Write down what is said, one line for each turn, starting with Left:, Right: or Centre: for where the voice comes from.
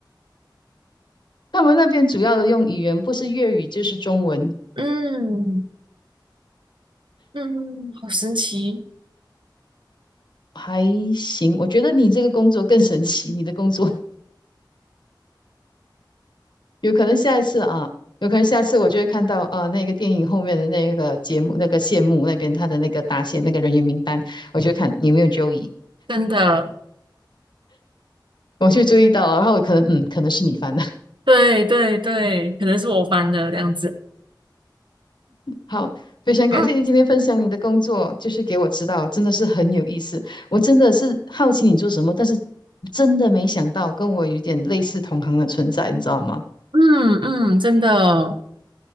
Left: <laughs> 他们那边主要的用语言不是粤语就是中文，
Right: 嗯嗯，好神奇，
Left: 还行。我觉得你这个工作更神奇，你的工作有可能下一次啊，有可能下次我就会看到呃那个电影后面的那个节目那个谢幕那边他的那个答谢那个人员名单，我就会看有没有 Joey，
Right: 真的，
Left: 我就注意到了，然后我可能嗯可能是你翻的。<laughs>
Right: 对对对，可能是我翻的这样子。
Left: 好，非常感谢你今天分享你的工作，
Right: 嗯
Left: 就是给我知道，真的是很有意思。我真的是好奇你做什么，但是真的没想到跟我有点类似同行的存在，你知道吗？
Right: 嗯嗯，真的哦，